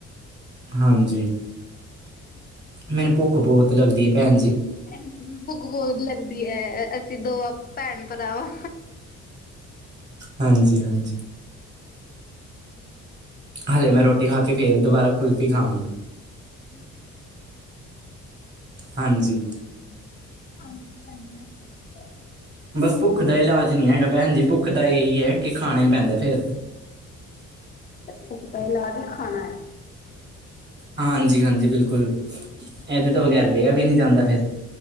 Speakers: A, on the right; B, on the left.
A: ਹਾਂਜੀ।
B: <inaudible>
A: ਮੈਨੂੰ ਭੁੱਖ ਬਹੁਤ ਲੱਗਦੀ ਹੈ ਭੈਣਜੀ।
B: ਮੈਨੂੰ ਵੀ ਭੁੱਖ ਬਹੁਤ ਲੱਗਦੀ ਹੈ ਅਸੀਂ ਦੋਵਾਂ ਭੈਣ ਭਰਾਵਾਂ।
A: ਹਾਂਜੀ, ਹਾਂਜੀ।
B: <inaudible>
A: ਹਲੇੇ ਮੈਂ ਰੋਟੀ ਖਾ ਕੇ ਫਿਰ ਦੁਬਾਰਾ ਕੁਲਫੀ ਖਾਵਾਂਗਾ।
B: <unintelligible>
A: ਹਾਂਜੀ।
B: <unintelligible>
A: ਬਸ ਭੁੱਖ ਦਾ ਇਲਾਜ ਨਹੀਂ ਹੈਗਾ ਭੈਣ ਜੀ ਭੁੱਖ ਤਾਂ ਇਹੀ ਹੈ ਕਿ ਖਾਣਾ ਹੀ ਪੈਂਦਾ ਫਿਰ।
B: ਭੁਖ ਦਾ ਇਲਾਜ ਹੀ ਖਾਣਾ ਹੈ।
A: ਹਾਂਜੀ, ਹਾਂਜੀ ਬਿਲਕੁਲ ਇਹਦੇ ਤੋਂ ਬਗੈਰ ਰਿਹਾ ਵੀ ਨਹੀਂ ਜਾਂਦਾ ਫਿਰ।